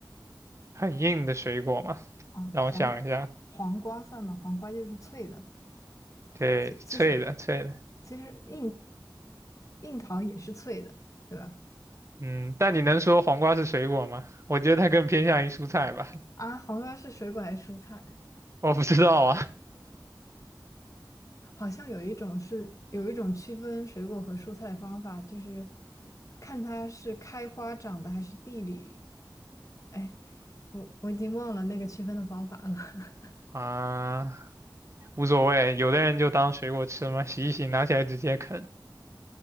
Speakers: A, on the right; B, on the left.
A: 很硬的水果嘛，
B: 啊，
A: 让我想一下，
B: 黄黄瓜算吗？黄瓜就是脆的。
A: 对，
B: 其其实
A: 脆的脆的，
B: 其实硬硬糖也是脆的，对吧？
A: 嗯，但你能说黄瓜是水果吗？我觉得它更偏向于蔬菜吧，
B: 啊，黄瓜是水果还是蔬菜？
A: 我不知道啊，
B: 好像有一种是有一种区分水果和蔬菜的方法，就是看它是开花长的还是地里。哎，我我已经忘了那个区分的方法了。<laughs>
A: <laughs> 啊，无所谓，有的人就当水果吃嘛，洗一洗，拿起来直接啃。